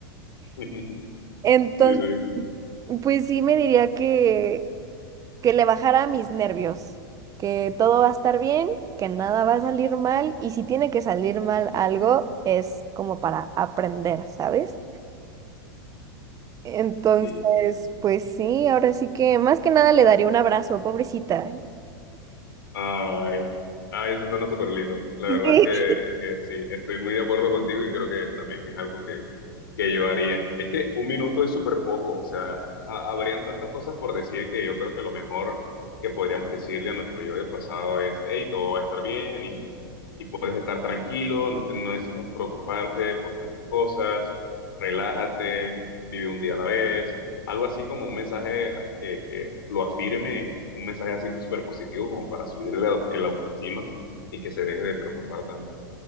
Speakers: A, on the left (about 80°); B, on the right (about 30°).
A: <laughs>
B: Entonces,
A: Sí, sí.
B: pues sí me diría que, que le bajara a mis nervios, que todo va a estar bien, que nada va a salir mal y si tiene que salir mal algo es como para aprender, ¿sabes? Entonces,
A: Sí,
B: pues sí, ahora sí que más que nada le daría un abrazo, pobrecita.
A: Ay, ay, eso suena súper lindo. La
B: Sí.
A: verdad es que, es que sí, estoy muy de acuerdo contigo y creo que también es algo que, que yo haría. Es que un minuto es súper poco, o sea, ha- habrían tantas cosas por decir que yo creo que lo mejor que podríamos decirle a nuestro yo del pasado es, hey, todo va a estar bien y, y puedes estar tranquilo, no, te- no necesitas preocuparte por tantas cosas, relájate, vive un día a la vez algo así como un mensaje que, que lo afirme, un mensaje así súper positivo como para subirle la- el autoestima y que se deje de preocupar tanto.